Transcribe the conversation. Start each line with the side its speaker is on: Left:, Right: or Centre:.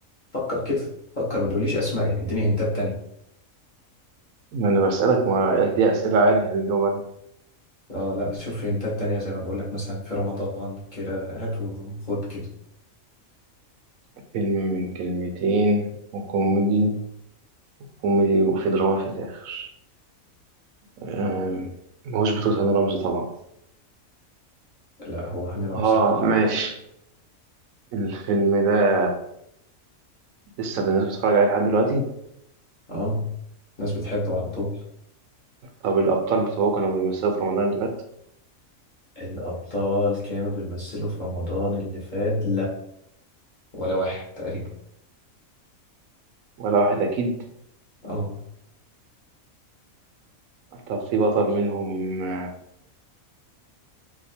Left: فكر كده فكر ما تقوليش أسماء اديني هنتات تانية
Right: ما انا بسألك ما دي أسئلة عادي هتجاوب عليها
Left: اه لا شوف هنتات تانية زي ما بقول لك مثلا في رمضان كده هات وخد كده
Right: فيلم من كلمتين وكوميدي كوميدي وفي دراما في الآخر أم، ما هوش بطولة هاني رمزي طبعا
Left: لا هو هاني رمزي
Right: اه ماشي الفيلم ده لسه الناس بتتفرج عليه لحد دلوقتي
Left: اه الناس بتحبه على طول
Right: طب الأبطال بتوعه كانوا بيمثلوا في رمضان اللي فات
Left: الأبطال كانوا بيمثلوا في رمضان اللي فات ولا واحد تقريبا
Right: ولا واحد أكيد
Left: اه
Right: طب في بطل منهم آه،